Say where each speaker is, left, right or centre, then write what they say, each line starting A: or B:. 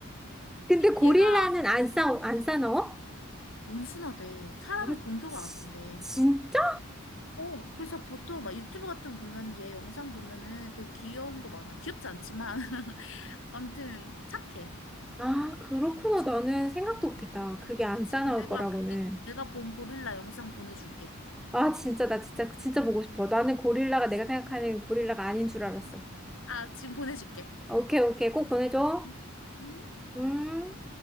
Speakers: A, in the centre; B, on the left.
A: 근데 고릴라는
B: 얘가
A: 안 싸, 안 싸나워?
B: 온순하대. 사람을
A: 아,
B: 공격을
A: 치-
B: 안 한대.
A: 진짜?
B: 어, 그래서 보통 막 유튜브 같은 거 보면 얘 영상 보면은 되게 귀여운 거 많아. 귀엽지 않지만. <laughs> 아무튼 착해.
A: 아, 그렇구나.
B: 그치?
A: 나는 생각도 못했다. 그게 안
B: 그치.
A: 싸나울
B: 그럼 내가
A: 거라고는.
B: 그, 내가 본 고릴라 영상 보내줄게.
A: 아, 진짜, 나 진짜, 진짜 보고 싶어. 나는 고릴라가
B: 알았어.
A: 내가 생각하는 고릴라가 아닌 줄 알았어.
B: 아, 지금 보내줄게.
A: 오케이, 오케이. 꼭 보내줘.
B: 응? 응?
A: 음.